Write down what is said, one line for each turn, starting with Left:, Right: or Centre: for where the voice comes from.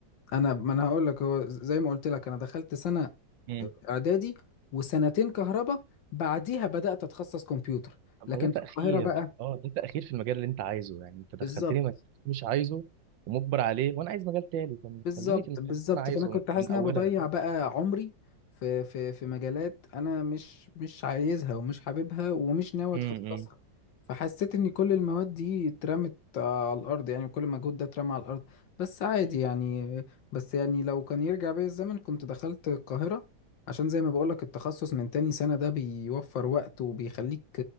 Left: انا ما انا هقول لك هو زي ما قلت لك انا دخلت سنة
Right: امم
Left: آه، اعدادي وسنتين كهرباء بعديها بدأت اتخصص كمبيوتر
Right: طب
Left: لكن
Right: ما ده تأخير
Left: في القاهرة بقى
Right: اه ده تأخير في المجال اللي انت عايزه يعني انت دخلتني
Left: بالظبط
Right: مجال مش عايزه ومجبر عليه وانا عايز مجال تاني طب
Left: بالظبط
Right: خليني في المجال
Left: بالظبط
Right: اللي انا عايزه
Left: فانا كنت
Right: من
Left: حاسس
Right: من
Left: ان
Right: اولها
Left: انا بضيع بقى عمري في في في مجالات انا مش مش عايزها ومش حاببها ومش ناوي اتخصصها
Right: امم
Left: فحسيت ان كل المواد دي اترمت على الارض يعني وكل المجهود ده اترمى على الارض بس عادي يعني بس يعني لو كان يرجع بيا الزمن كنت دخلت القاهرة عشان زي ما بقولك التخصص من تاني سنة ده بيوفر وقت وبيخليك